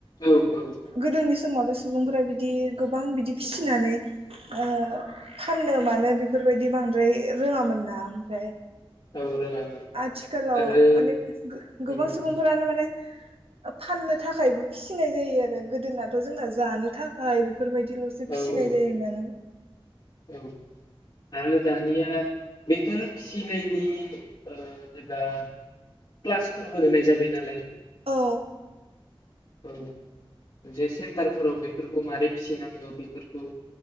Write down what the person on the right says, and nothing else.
गोदोनि समावथ' सुबुंफोरा बिदि गोबां बिदि फि फिनानै ओ फाननो मानो बेफोरबायदि बांद्राय रोङामोन ना ओमफ्राय
आथिखालाव
माने गो-गोबां
सुबुंफोरानो
माने फाननो थाखायबो फिसिनाय जायो आरो गोदोनाथ' जोंना जानो थाखाय बेफोरबायदिल'सो फिसिनाय
जायोमोन
औ